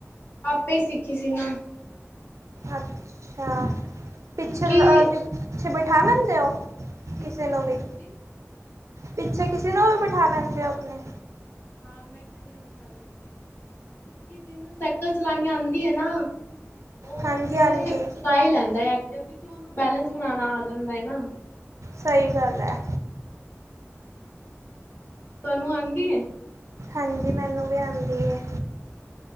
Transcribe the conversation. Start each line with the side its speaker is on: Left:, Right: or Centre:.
Left: ਆਪੇ ਹੀ ਸਿੱਖੀ ਸੀ ਨਾ
Right: ਅੱਛਾ
Left: ਕਿਉਂਕਿ
Right: ਪਿੱਛੇ ਪਿੱਛੇ ਬਿਠਾ ਲੈਂਦੇ ਹੋ
Left: ਜਿਹਨੂੰ
Right: ਕਿਸੇ ਨੂੰ ਵੀ
Left: ਹਾਂਜੀ
Right: ਪਿੱਛੇ ਕਿਸੇ ਨੂੰ ਵੀ ਬਿਠਾ ਲੈਂਦੇ ਹੋ ਆਪਣੇ
Left: ਹਾਂ ਮੈਂ ਕਿਸੇ ਨੂੰ ਬਿਠਾ ਲੈਂਦੀ ਹਾਂ ਕਿ ਜਿਹਨੂੰ ਸਾਈਕਲ ਚਲਣੀ ਆਉਂਦੀ ਹੈ ਨਾ ਉਹ
Right: ਹਾਂਜੀ
Left: ਤੇ
Right: ਹਾਂਜੀ
Left: ਚਲਾ ਹੀ ਲੈਂਦਾ ਹੈ ਐਕਟਿ ਕਿਉਂਕਿ ਉਹਨੂੰ ਬੈਲੇਸ ਬਣਾਉਣਾ ਆ ਜਾਂਦਾ ਨਾ
Right: ਸਹੀ ਗੱਲ ਹੈ
Left: ਤੁਹਾਨੂੰ ਆਉਂਦੀ ਹੈ
Right: ਹਾਂਜੀ ਮੈਨੂੰ ਵੀ ਆਉਂਦੀ ਹੈ